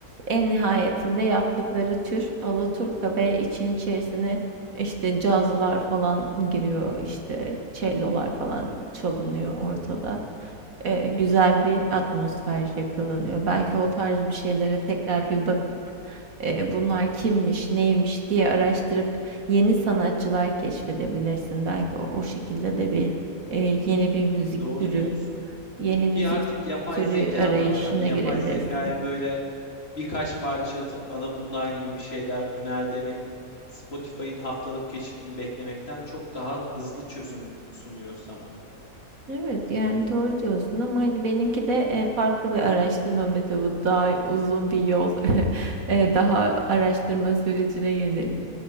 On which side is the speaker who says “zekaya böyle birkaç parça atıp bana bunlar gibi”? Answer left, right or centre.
Left